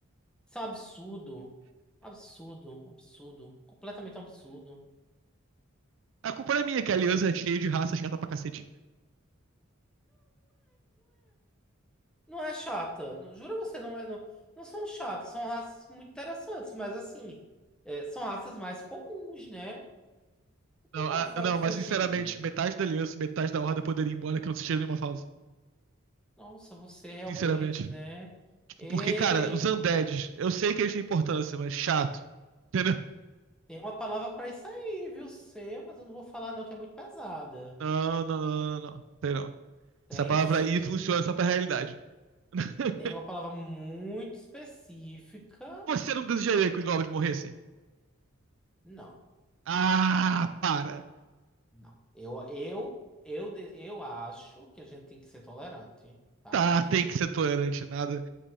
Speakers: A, in the centre; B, on the right.
A: Isso é um absurdo. Um Absurdo, um absurdo. Completamente um absurdo.
B: A culpa não é minha, que a aliança é cheia de raça chata pra cacete.
A: Não é chata. Não, juro você, não é. Não, não são chatas, são raças muito interessantes, mas assim, é, são raças mais comuns, né? Não tem
B: Não,
A: pra
B: ah,
A: onde fa-
B: não,
A: fugir.
B: mas sinceramente, metade da aliança e metade da horda poderia ir embora que eu não sentiria nenhuma falta.
A: Nossa, você realmente,
B: Sinceramente.
A: né? Eita.
B: Porque, cara, os undeads, eu sei que eles têm importância, mas chato. Entendeu?
A: Tem uma palavra pra isso aí, viu? Você, mas eu não vou falar, não, que é muito pesada.
B: Não, não, não, não, não. Não tem não.
A: Tem
B: Essa palavra
A: sim.
B: aí funciona só pra realidade. <laughs>
A: Tem uma palavra muito específica.
B: Você não desejaria que os goblins morressem?
A: Não,
B: Ah, para.
A: não. Eu, eu, eu, de- eu acho que a gente tem que ser tolerante, tá?
B: Tá,
A: Porque.
B: tem que ser tolerante, nada.